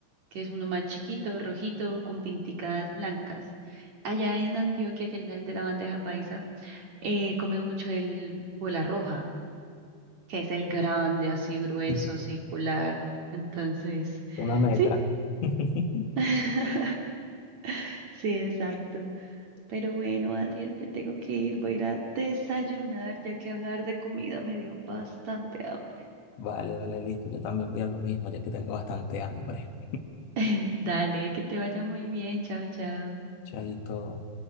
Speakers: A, on the right; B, on the left.
A: que es uno más chiquito, rojito, con pinticas blancas. Allá en Antioquia, que es el de la bandeja paisa. Eh, comen mucho el bola roja, que es el grande, así grueso,
B: <laughs>
A: circular. Entonces,
B: Una metra.
A: sí.
B: <laughs>
A: <laughs> Sí, exacto. Pero bueno, Daniel, me tengo que ir, voy a ir a desayunar, ya que hablar de comida me dio bastante hambre.
B: Vale, vale, listo. Yo también voy a lo mismo, ya que tengo bastante hambre.
A: <laughs> Dale, que te vaya muy bien. Chao, chao.
B: Chaito.